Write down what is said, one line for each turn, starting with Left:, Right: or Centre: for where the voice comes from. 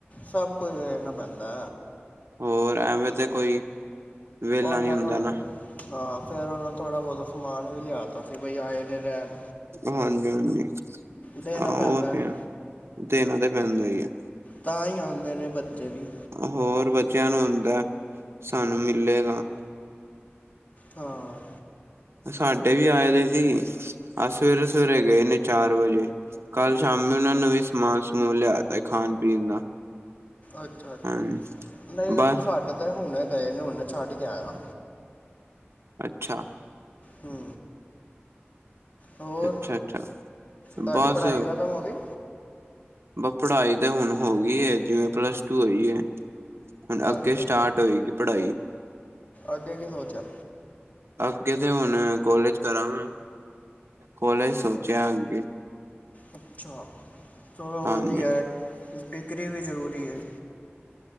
Left: ਸਭ ਕੁਜ ਹੋਏ ਨਾ ਬਣਦਾ।
Right: ਹੋਰ, ਐਵੇਂ ਤੇ ਕੋਈ, ਵਿਹਲਾ
Left: ਉਹਨਾਂ
Right: ਨੀ ਹੁੰਦਾ
Left: ਨੂੰ,
Right: ਨਾ
Left: ਹਾਂ ਫਿਰ ਉਹਨਾਂ ਨੂੰ ਥੋੜ੍ਹਾ ਬਹੁਤਾ ਸਮਾਨ ਵੀ ਲਿਆ ਤਾ ਸੀ। ਬਈ ਆਏ ਨੇ ਰਹਿਣ।
Right: ਹਾਂਜੀ‌-ਹਾਂਜੀ।
Left: ਦੇਣਾ
Right: ਆਹੋ
Left: ਪੈਂਦਾ
Right: ਉਹ ਤੇ
Left: ਹੈ।
Right: ਦੇਣਾ ਤੇ ਪੈਂਦਾ ਹੀ ਆ।
Left: ਤਾਂ ਹੀ ਆਉਂਦੇ ਨੇ ਬੱਚੇ ਵੀ।
Right: ਹੋਰ ਬੱਚਿਆਂ ਨੂੰ ਹੁੰਦਾ ਸਾਨੂੰ ਮਿਲੇਗਾ।
Left: ਹਾਂ।
Right: ਸਾਡੇ ਵੀ ਆਏ ਦੇ ਸੀ ਅ ਸਵੇਰੇ- ‌ਸਵੇਰੇ ਗਏ ਨੇ ਚਾਰ ਵਜੇ। ਕੱਲ੍ਹ ਸ਼ਾਮੀ ਉਹਨਾਂ ਨੂੰ ਵੀ ਸਮਾਨ ਸਮੂਨ ਲਿਆ ਤਾਂ ਸੀ ਖਾਣ ਪੀਣ ਦਾ।
Left: ਅੱਛਾ -ਅੱਛਾ,
Right: ਹਾਂਜੀ
Left: ਨਹੀਂ
Right: ਬਸ
Left: ਸਾਡੇ ਤਾਂ ਹੁਣੇ ਗਏ ਨੇ ਹੁਣ ਛੱਡ ਕੇ ਆਇਆ।
Right: ਅੱਛਾ।
Left: ਹਮ। ਹੋਰ
Right: ਅੱਛਾ ਅੱਛਾ
Left: ਤੁਹਾਡੀ
Right: ਬਸ
Left: ਪੜ੍ਹਾਈ ਖਤਮ ਹੋ ਗਈ।
Right: ਬ ਪੜ੍ਹਾਈ ਤਾਂ ਹੁਣ ਹੋ ਗਈ ਹੈ, ਜਿਵੇਂ ਪਲੱਸ ਟ। ਹੋਈ ਹੈ ਹੁਣ ਅੱਗੇ
Left: ਅੱਛਾ
Right: ਸਟਾਰਟ ਹੋਏਗੀ ਪੜ੍ਹਾਈ।
Left: ਅੱਗੇ ਕੀ ਸੋਚਿਆ।
Right: ਅੱਗੇ ਤੇ ਹੁਣ ਕੋਲੇਜ ਕਰਾਂ ਗਾ। ਕੋਲੇਜ ਸੋਚਿਆ ਅੱਗੇ।
Left: ਅੱਛਾ, ਥੋੜ੍ਹਾ ਬਹੁਤ
Right: ਹਾਂਜੀ
Left: ਗਿਆ ਡਿਗਰੀ ਵੀ ਜ਼ਰੂਰੀ ਹੈ।